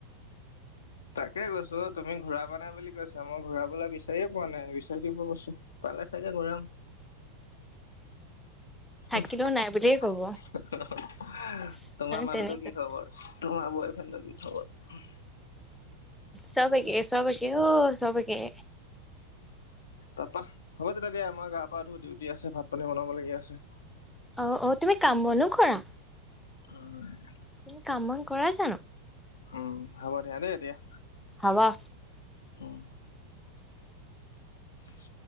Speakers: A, on the left; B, in the centre.
A: তাকে কৈছোঁ, তুমি ঘূৰাব নাই বুলি কৈছা, মই ঘূৰাবলৈ বিচাৰিয়ে পোৱা নাই, বিচাৰি দিব কৈছোঁ, পালে চাগে ঘূৰাম।
B: থাকিলেও
A: তোমাৰ
B: নাই বুলিয়ে ক'ব
A: মানুহটোৰ
B: তেনেকুৱা
A: কি খবৰ? তোমাৰ বয়ফ্ৰেণ্ডৰ কি <unintelligible>
B: সব একে, সব একে অ', সব একে।
A: তাৰপা, হ'ব তেতিয়া দিয়া, মই গা পা ধুওঁ, ডিউটি আছে, ভাত পানী বনাবলগীয়া আছে।
B: অ', অ', তুমি কাম বনো কৰা।
A: হয়।
B: তুমি কাম বন কৰা জানো।
A: উম হ'ব দিয়া দেই এতিয়া।
B: হাৱা
A: উম ইছ